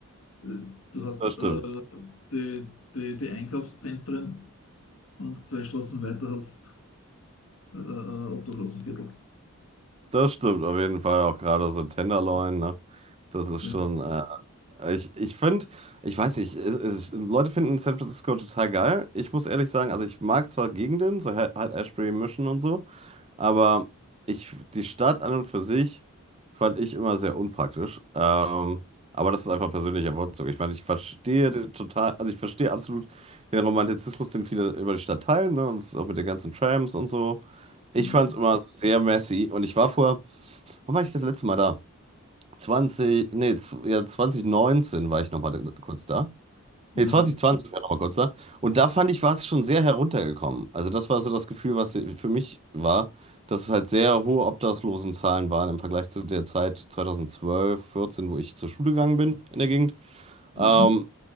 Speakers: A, on the left; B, on the right.
A: Äh, Du hast
B: das stimmt.
A: äh, die, die, die Einkaufszentren und zwei Straßen weiter hast äh, äh, Obdachlosenviertel.
B: Das stimmt auf jeden Fall, auch gerade so Tenderloin, ne? Das ist
A: Ja.
B: schon äh, Ich, ich finde, ich weiß nicht, es, es, Leute finden San Francisco total geil. Ich muss ehrlich sagen, also ich mag zwar Gegenden, so halt halt Ashbury Mission und so, aber ich, die Stadt an und für sich fand ich immer sehr unpraktisch. Ähm, aber das ist einfach persönlicher Wortzug. Ich meine, ich verstehe den total, also ich verstehe absolut den Romantizismus, den viele über die Stadt teilen, ne? Und das ist auch mit den ganzen Trams und so. Ich
A: Mhm.
B: fand es immer sehr messy und ich war vor, wann war ich das letzte Mal da? 20, nee, zw- ja, 2019 war ich nochmal kurz da.
A: Genau.
B: Nee, 2020
A: da-
B: war ich nochmal kurz da. Und da fand ich, war es schon sehr heruntergekommen. Also das war so das Gefühl, was für mich war, dass es halt sehr hohe Obdachlosenzahlen waren im Vergleich zu der Zeit 2012, 14, wo ich zur Schule gegangen bin in der Gegend.
A: Mhm.
B: Ähm,